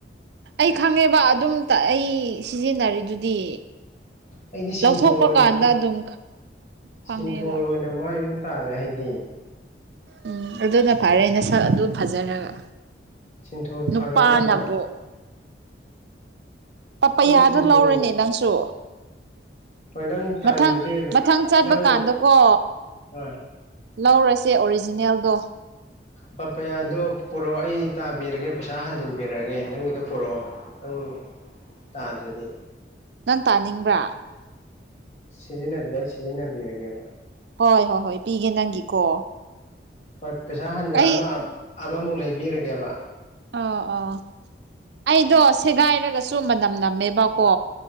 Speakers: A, on the right (about 70°); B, on the left (about 35°).
A: ꯑꯩ ꯈꯪꯉꯦꯕ ꯑꯗꯨꯝ ꯑꯩ ꯁꯤꯖꯤꯟꯅꯔꯤꯗꯨꯗꯤ
B: ꯑꯩꯗꯤ ꯁꯤꯟꯊꯣ
A: ꯂꯧꯊꯣꯛꯄ
B: ꯑꯣꯏꯅ
A: ꯀꯥꯟꯗ
B: ꯑꯗꯨ
A: ꯑꯗꯨꯝ ꯐꯪꯉꯦꯕ
B: ꯁꯤꯟꯊꯣ ꯑꯣꯏꯅ ꯃꯥꯥꯏ ꯑꯗꯨꯝ ꯇꯥꯔꯦ ꯍꯥꯏꯗꯤ
A: ꯎꯝ ꯑꯗꯨꯅ ꯐꯔꯦ ꯅ ꯁꯛ ꯑꯗꯨꯝ ꯐꯖꯔꯒ
B: ꯁꯤꯟꯊꯣꯜ
A: ꯅꯨꯄꯥꯅꯕꯨꯣ
B: ꯐꯒꯗ꯭ꯔꯥꯀꯣ
A: ꯄꯄꯌꯥꯗ
B: ꯑꯗꯨ ꯁꯤꯟꯊꯣꯜ
A: ꯂꯧꯔꯅꯤ ꯅꯪꯁꯨ
B: ꯍꯣꯏ ꯅꯪ ꯇꯥꯅꯤꯡꯗꯗꯤ
A: ꯃꯊꯪ ꯃꯊꯪ ꯆꯠꯄ
B: ꯅꯪ
A: ꯀꯥꯟꯗꯀꯣ
B: ꯍꯣꯏ
A: ꯂꯧꯔꯁꯦ ꯑꯣꯔꯤꯖꯤꯅꯦꯜꯗꯣ
B: ꯄ ꯄꯌꯥꯗꯣ ꯄꯨꯔꯛꯑꯣ ꯑꯩ ꯇꯥꯕꯤꯔꯒꯦ ꯄꯩꯁꯥ ꯍꯟꯖꯤꯟꯕꯤꯔꯛꯑꯒꯦ ꯅꯪꯒꯤꯗꯣ ꯄꯨꯔꯛꯑꯣ ꯅꯪ ꯇꯥꯗ꯭ꯔꯗꯤ
A: ꯅꯪ ꯇꯥꯅꯤꯡꯕ꯭ꯔꯥ
B: ꯁꯤꯖꯤꯟꯅ ꯑꯩ ꯁꯤꯖꯤꯟꯅꯕꯤꯔꯒꯦꯕ
A: ꯍꯣꯏ ꯍꯣꯏ ꯍꯣꯏ ꯄꯤꯒꯦ ꯅꯪꯒꯤꯀꯣ
B: ꯍꯣꯏ ꯄꯩꯁꯥ ꯍꯟꯁꯦ
A: ꯑꯩ
B: ꯑꯃ ꯑꯃꯃꯨꯛ ꯂꯩꯕꯤꯔꯒꯦꯕ
A: ꯑꯣ ꯑꯣ ꯑꯩꯗꯣ ꯁꯦꯒꯥꯏꯔꯒꯁꯨ ꯃꯅꯝ ꯅꯝꯃꯦꯕꯀꯣ